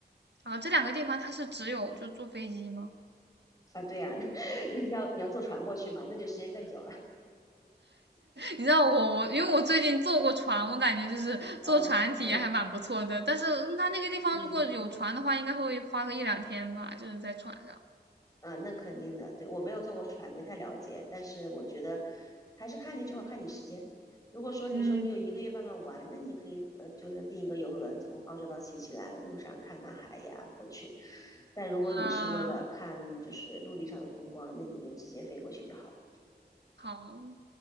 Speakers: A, on the right (about 90°); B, on the left (about 20°).
A: 啊，这两个地方它是只有就坐飞机吗？
B: 啊，对呀、<laughs> 人家要你要坐船过去嘛，那就时间更久了。
A: 你知道我我因为我最近坐过船，我感觉就是坐船体验还蛮不错的。
B: 嗯嗯
A: 但是嗯它那个地方如果有船的话，
B: 嗯。
A: 应该会花个一两天吧，就是在船上。
B: 啊，那肯定的，对，我没有坐过船，没太了解，但是我觉得还是看那句话，看你时间。如果说你说你有一个月慢慢玩，
A: 嗯，
B: 那你可以呃，就是订一个游轮从澳洲到新西兰，路上看看海呀过去。但如果你是为了看就是陆地上的风光，
A: 啊，
B: 那你就直接飞过去就好了。
A: 好，